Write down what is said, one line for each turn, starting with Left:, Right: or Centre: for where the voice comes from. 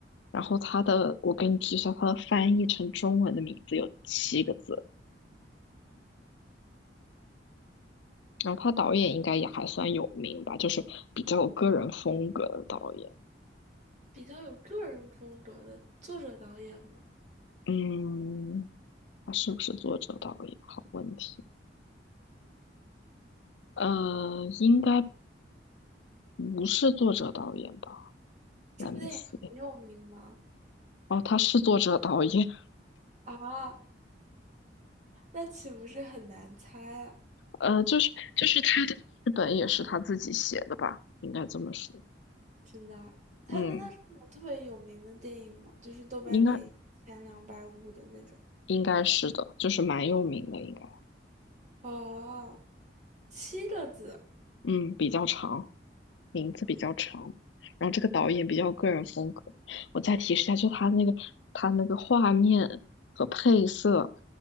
Left: 然后它的，我给你提一下，它的翻译成中文的名字有七个字，然后他导演应该也还算有名吧，就是比较有个人风格的导演，
Right: 比较有个人风格的作者导演吗？
Left: 嗯。他是不是作者导演？好问题。呃，应该不是作者导演吧
Right: 这部电影很有名吗？
Left: ？Let me see。哦，他是作者导演。
Right: 啊，那岂不是很难猜啊？
Left: 呃，就是就是他的剧本也是他自己写的吧？应该这么说。
Right: 真的啊他那他是那种特别有名的电影吗？
Left: 嗯，
Right: 就是豆瓣电影前两百五的那种。
Left: 应该应该是的，就是蛮有名的，应该。
Right: 哦，七个字，
Left: 嗯，比较长，名字比较长。然后这个导演比较个人风格。我再提示一下，就他那个他那个画面和配色